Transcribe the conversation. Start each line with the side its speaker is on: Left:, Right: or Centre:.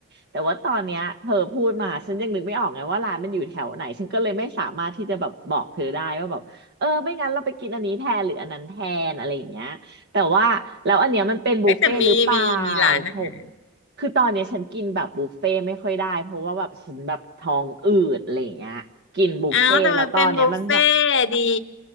Right: แต่ว่าตอนเนี้ยเธอพูดมาฉันยังนึกไม่ออกไงว่าร้านมันอยู่แถวไหนฉันก็เลยไม่สามารถที่จะแบบบอกเธอได้ว่าแบบเออไม่งั้นเราไปกินอันนี้แทนหรืออันนั้นแทนอะไรอย่างเงี้ย แต่ว่าแล้วอันเนี้ยมันเป็นบุฟเฟ่ต์หรือเปล่า
Left: เอ๊ะแต่มีมีมีร้านอาหาร
Right: เพราะคือตอนเนี้ยฉันกินแบบบุฟเฟ่ต์ไม่ค่อยได้เพราะว่าแบบฉันแบบท้องอืดอะไรอย่างเงี้ยกินบุฟเฟ่ต์แล้วตอนเนี้ยมันแบบ
Left: อ้าวแต่มันเป็นบุฟเฟ่ต์ดี